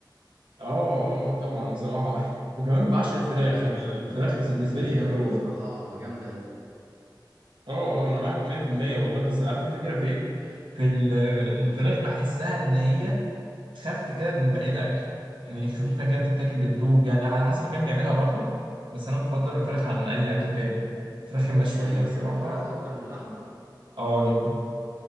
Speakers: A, on the right; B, on the right.
A: اه اه اه طبعا بصراحة <laughs> وكمان بعشق الفراخ
B: لا يا
A: يعني
B: باشا
A: الفراخ
B: ال-
A: بالنسبة
B: المشاوي
A: لي نمبر واحد.
B: بصراحة جامدة قوي
A: اه اه انا معاك 100% والله بس عارف الفكره في ايه في ال- الفراخ
B: قول لي
A: بحسها ان هي خف كده من باقي الاكل يعني خفيفه كده بتتاكل بتدوب يعني على حسب كان بيعملها برضو بس انا بفضل الفراخ عن اي اكل تاني الفراخ المشويه
B: يعني بتحب
A: بصراحه
B: الفراخ اكتر من اللحمه
A: اه جدا